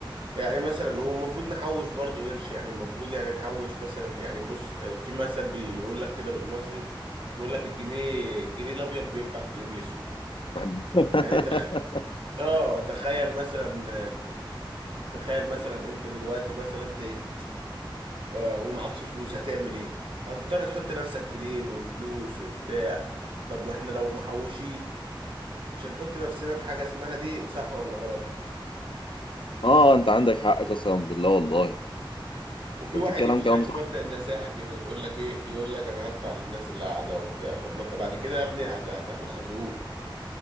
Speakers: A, on the right; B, on the left.
A: يعني مثلا والمفروض نحوش برضو قرش يعني المفروض يعني نحوش مثلا يعني بص في مثل بيقول لك كده بالمصري بيقول لك الجنيه الجنيه الابيض بينفع في اليوم الاسود
B: <laughs>
A: يعني تخ... اه تخيل مثلا تخيل مثلا انت دلوقتي مثلا تعبت آه، ومعكش فلوس هتعمل ايه هتضطر تحط نفسك في دين وفلوس وبتاع طب واحنا لو محوشين مش هنحط نفسنا في حاجة اسمها دين صح ولا غلط
B: اه انت عندك حق قسما بالله والله
A: وفي
B: انت
A: واحد
B: بتتكلم
A: يمشي
B: كلام
A: لك بمبدأ
B: صح
A: النزاهة كده تقول لك ايه يقول لك انا هدفع للناس اللي قاعدة وبتاع طب ما انت بعد كده يا ابني هت- هتاخد خازوق